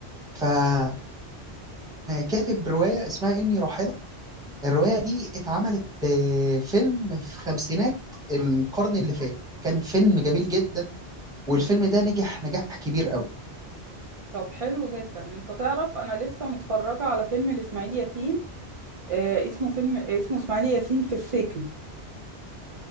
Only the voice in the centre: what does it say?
فكان كاتب روايه اسمها اني راحله الروايه دي اتعملت آه، فيلم في خمسينات القرن اللي فات كان فيلم جميل جدا والفيلم ده نجح نجاح كبير قوي